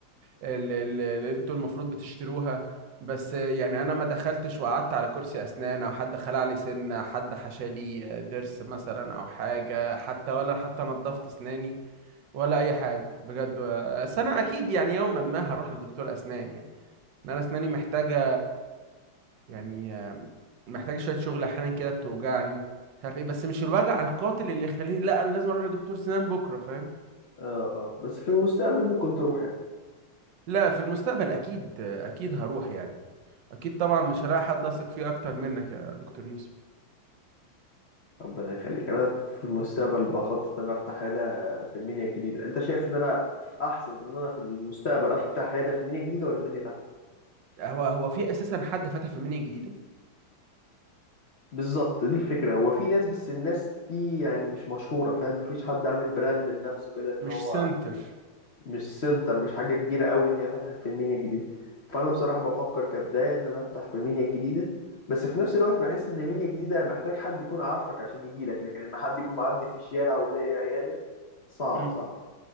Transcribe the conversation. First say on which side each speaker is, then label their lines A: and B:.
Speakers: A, on the right; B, on the left.
A: اللي, اللي اللي انتوا المفروض بتشتروها بس آه، يعني أنا ما دخلتش وقعدت على كرسي أسنان أو حد خلع لي سنة حد حشى لي ضرس مثلا أو حاجة حتى ولا حتى نظفت أسناني ولا أي حاجة بجد آه، بس أنا أكيد يعني يوما ما هروح لدكتور أسنان يعني ان انا اسناني محتاجه يعني آه، محتاجه شويه شغل احيانا كده بتوجعني مش عارف ايه بس مش الوجع القاتل اللي يخليني لا انا لازم اروح لدكتور سنان بكره فاهم
B: اه اه بس في المستقبل ممكن تروح يعني
A: لا في المستقبل اكيد اكيد هروح يعني اكيد طبعا مش هلاقي حد اثق فيه اكتر منك يا دكتور يوسف
B: ربنا يخليك انا في المستقبل بخطط ان انا افتح عياده في المنيا الجديده انت شايف ان انا في احسن ان انا في المستقبل افتح عياده في المنيا الجديده ولا المنيا تحت
A: هو هو في اساسا حد فتح في منيا جديده
B: بالظبط دي الفكره هو في ناس بس الناس دي يعني مش مشهوره فاهم مفيش حد عامل براند لنفسه كده ان
A: مش
B: هو
A: سنتر
B: مش سنتر مش حاجه كبيره قوي ان هي فتحت في المنيا الجديده فانا بصراحه بفكر كبدايه ان انا افتح في المنيا الجديده بس في نفس الوقت بحس ان المنيا الجديده محتاج حد يكون عارفك عشان يجيلك لكن ان حد يكون معدي في الشارع ويلاقي عياده صعبه
A: امم
B: صح